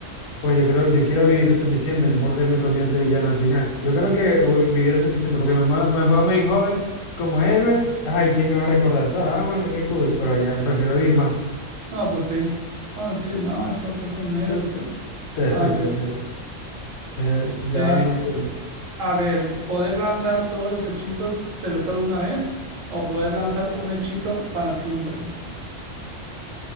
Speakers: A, on the left (about 80°); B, on the right (about 75°).
A: pues yo creo, yo quiero vivir lo suficiente, no importa que me convierta en villano al final. Yo creo que uy, vivir lo suficiente, porque me, mue- me puedo morir joven como héroe, ay, ¿quién me va a recordar? ¿Sabes? Ah, bueno, qué cool, pero ya prefiero vivir más.
B: No, pues sí. No, sí, no, ese otro es un héroe,
A: Tú-
B: pero...
A: Exacto,
B: Ah, sí.
A: eh, eh, ya
B: Eh,
A: no sirve mucho.
B: a ver, ¿poder lanzar todos los hechizos, pero solo una vez? ¿O poder lanzar un hechizo para siempre?